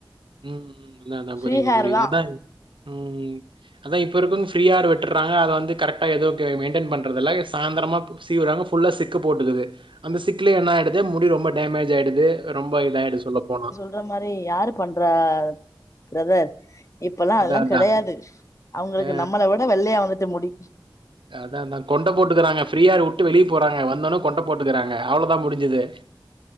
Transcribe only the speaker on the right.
ம் ம் அதா அதா
புரிது
புரிது
அதா ம் அதா இப்ப இருக்கவுங் ஃப்ரீ ஆர் விட்டுர்றாங்க அத வந்து கரெக்டா எது கே மெயின்டென் பண்றதுல்ல எ சாயந்தரமா சீவுறாங்க ஃபுல்லா சிக்கு போட்டுக்குது அந்த சிக்குலே என்ன ஆயிடுது முடி ரொம்ப டேமேஜ் ஆயிடுது ரொம்ப இதாயிடு சொல்ல போனா
அதான்,
அதான்.
அ
அதா அதா கொண்ட போட்டுக்குறாங்க ஃப்ரீ ஹேரு உட்டு வெளிய போறாங்க வந்தோன கொண்ட போட்டுக்குறாங்க அவ்ளோதா முடுஞ்சுது